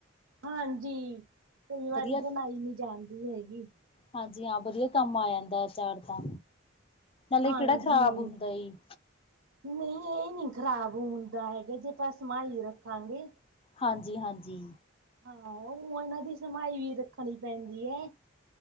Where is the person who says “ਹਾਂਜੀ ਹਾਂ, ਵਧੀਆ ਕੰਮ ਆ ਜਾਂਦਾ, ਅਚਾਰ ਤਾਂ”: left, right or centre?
Left